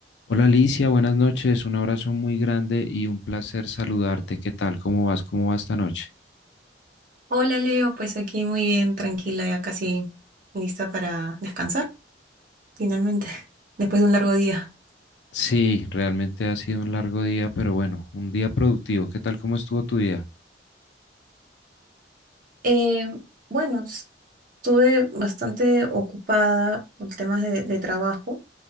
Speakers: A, on the left (about 75°); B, on the right (about 50°).
A: Hola Alicia, buenas noches, un abrazo muy grande y un placer saludarte. ¿Qué tal? ¿Cómo vas? ¿Cómo va esta noche?
B: Hola Leo, pues aquí muy bien, tranquila, ya casi lista para descansar, finalmente, <laughs> después de un largo día.
A: Sí, realmente ha sido un largo día, pero bueno, un día productivo. ¿Qué tal? ¿Cómo estuvo tu día?
B: Eh, bueno, s- estuve bastante ocupada por temas de, de trabajo.